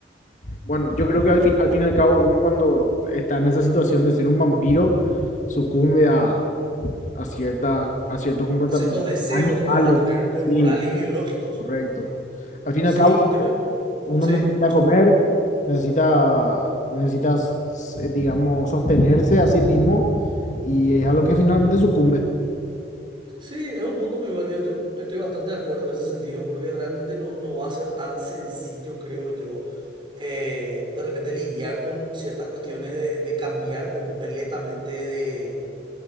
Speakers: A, on the left; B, on the right.
A: bueno, yo creo que al fin, al fin y al cabo uno cuando está en esa situación de ser un vampiro, sucumbe a, a cierta, a cierto comportamiento.
B: A ciertos deseos
A: Animales,
B: que vas a tener corporales
A: sí,
B: y biológicos.
A: correcto. Al fin
B: Sí,
A: y al cabo
B: yo me...
A: Uno
B: Sí,
A: necesita
B: te escucho.
A: comer, necesita, necesitas, eh, digamos, sostenerse a sí mismo y es a lo que finalmente sucumbe.
B: Sí, es un punto muy válido. Yo estoy bastante de acuerdo en ese sentido, porque realmente no, no va a ser tan sencillo, creo yo, eh, de repente lidiar con ciertas cuestiones de, de cambiar completamente de.